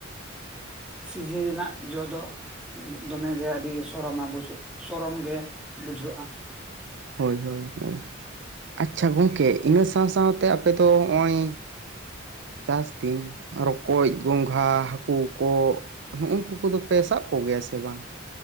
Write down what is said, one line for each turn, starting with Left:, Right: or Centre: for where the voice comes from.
Centre: ᱥᱤᱡᱤᱱ ᱨᱮᱱᱟᱜ ᱡᱚ ᱫᱚ ᱫᱚᱢᱮᱜᱮ ᱟᱹᱰᱤ ᱥᱚᱨᱚᱢᱟᱵᱩᱡᱷᱚᱜ ᱥᱚᱨᱚᱢ ᱜᱮ ᱵᱩᱡᱷᱟᱹᱜ-ᱟ ᱾
Right: ᱦᱳᱭ ᱦᱳᱭ ᱦᱮ ᱾ ᱟᱪᱪᱷᱟ ᱜᱚᱝᱠᱮ ᱤᱱᱟᱹ ᱥᱟᱶ ᱥᱟᱶᱛᱮ ᱟᱯᱮᱚ ᱱᱚᱜ-ᱚᱭ ᱪᱟᱥ ᱫᱤᱱ ᱨᱚᱠᱚᱡ ᱜᱚᱝᱜᱷᱟ ᱦᱟᱹᱠᱩ ᱠᱚᱸᱜ ᱦᱩᱸᱜ-ᱩᱠᱩ ᱠᱚᱫᱚ ᱯᱮ ᱥᱟᱵ ᱠᱚᱜᱮᱭᱟ ᱥᱮ ᱵᱟᱝ?